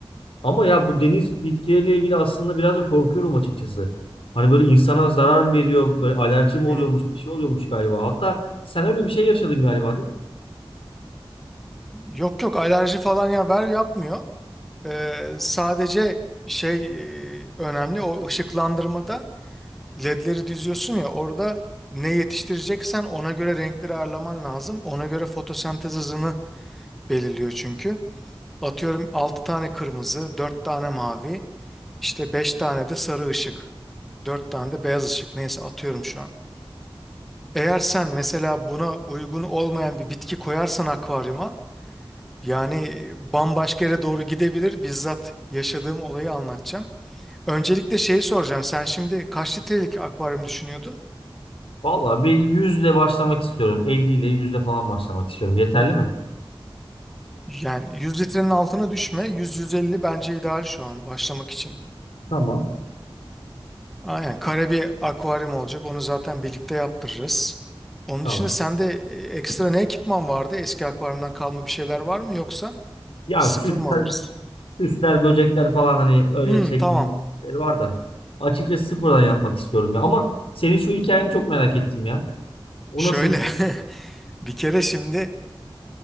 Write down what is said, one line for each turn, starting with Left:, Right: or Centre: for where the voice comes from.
Left: Ama ya bu deniz bitkileriyle ilgili aslında biraz da korkuyorum açıkçası. Hani böyle insana zarar mı veriyor, böyle alerji mi oluyormuş,
Centre: Hı hı.
Left: bir şey oluyormuş galiba. Hatta sen öyle bir şey yaşadın galiba değil mi?
Centre: Yok yok alerji falan ya ver yapmıyor. E, sadece şey e, önemli o ışıklandırmada ledleri düzüyorsun ya orada ne yetiştireceksen ona göre renkleri ayarlaman lazım. Ona göre fotosentez hızını belirliyor çünkü. Atıyorum 6 tane kırmızı, 4 tane mavi, işte 5 tane de sarı ışık, 4 tane de beyaz ışık neyse atıyorum şu an. Eğer sen mesela buna uygun olmayan bir bitki koyarsan akvaryuma yani bambaşka yere doğru gidebilir. Bizzat yaşadığım olayı anlatacağım. Öncelikle şeyi soracağım. Sen şimdi kaç litrelik akvaryum düşünüyordun?
Left: Vallahi bir yüzle başlamak istiyorum. 50 ile yüzle falan başlamak istiyorum. Yeterli mi?
Centre: Yani 100 litrenin altına düşme. 100-150 bence ideal şu an başlamak için.
Left: Tamam.
Centre: Aynen kare bir akvaryum olacak. Onu zaten birlikte yaptırırız. Onun
Left: Tamam.
Centre: dışında sende e, ekstra ne ekipman vardı? Eski akvaryumdan kalma bir şeyler var mı yoksa
Left: Ya
Centre: sıfır
Left: süsler,
Centre: mı alırız?
Left: süsler, böcekler falan hani öyle
Centre: Hmm,
Left: şey
Centre: tamam.
Left: var da. Açıkçası sıfırdan yapmak istiyorum ya. Ama senin şu hikayeni çok merak ettim ya. O
Centre: Şöyle
Left: nasıl bir...
Centre: <laughs> bir kere şimdi